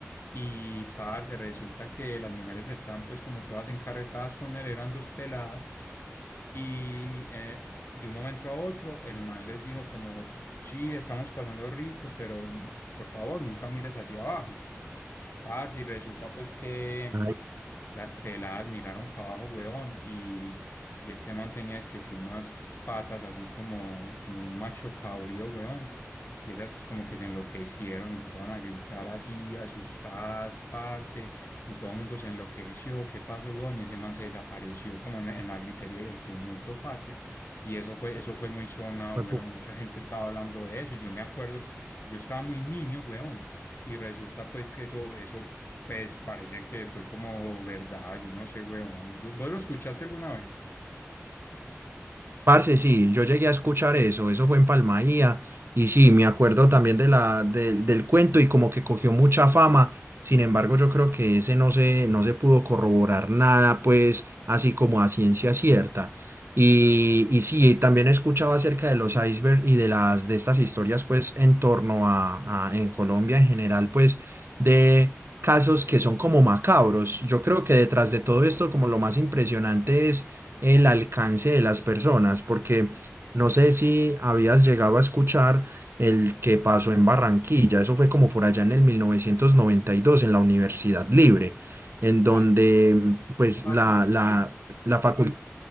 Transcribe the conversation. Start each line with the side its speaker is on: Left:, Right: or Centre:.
Left: Y parce, resulta que las mujeres están pues como todas encarretadas con él, eran dos peladas. Y eh, de un momento a otro, el man les dijo como, sí, estamos pasando rico, pero mm, por favor, nunca mires hacia abajo. Parce, y resulta pues que
Right: Ay,
Left: las peladas miraron para abajo, weón, y, y este man tenía es que, que unas patas así como, como de un macho cabrío, weón. Y esas como que se enloquecieron, empezaron a gritar así, asustadas, parce, y todo el mundo se enloqueció, ¿qué pasó, weón? Y ese man se desapareció como en, en la gritería y el tumulto, parce. Y eso fue, eso fue muy sonado,
Right: juepu-
Left: weón, mucha gente estaba hablando de eso, y yo me acuerdo, yo estaba muy niño, weón. Y resulta pues que eso, eso pues parece que fue como verdad, yo no sé, weón. ¿Tú- ¿Vos lo escuchaste alguna vez?
Right: Parce, sí, yo llegué a escuchar eso, eso fue en Palmaía, y sí, me acuerdo también de la, del del cuento y como que cogió mucha fama, sin embargo, yo creo que ese no se, no se pudo corroborar nada, pues, así como a ciencia cierta. Y, y sí, también he escuchado acerca de los icebergs y de las, de estas historias, pues, en torno a, a- en Colombia en general, pues, de casos que son como macabros. Yo creo que detrás de todo esto, como lo más impresionante es el alcance de las personas, porque no sé si habías llegado a escuchar el que pasó en Barranquilla, eso fue como por allá en el 1992 en la Universidad Libre, en donde
Left: Ay,
Right: pues
Left: pasó.
Right: la, la, la facul